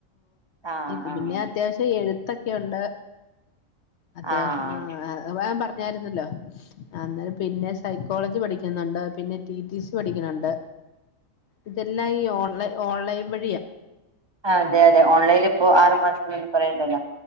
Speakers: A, on the right (about 45°); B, on the left (about 65°).
A: ആഹ്
B: ഇത്
A: ആഹ്
B: പിന്നെ അത്യാവശ്യം എഴുത്തൊക്കെുണ്ട് അത്യാവശ്യം
A: ആഹ്
B: ഞൻ പറഞ്ഞായിരുന്നല്ലോ അന്നര പിന്നെ സൈക്കോളജി പഠിക്കുന്നുണ്ട് പിന്നെ ടി ടി സി പഠിക്കുന്നുണ്ട് ഇതെല്ലാം ഈ ഓൺലൈ ഓൺലൈൻ വഴിയ
A: ആഹ് അതെ അതെ ഓൺലൈനി ഇപ്പോ ആറു മാസംന്ന പറയണ്ടല്ലോ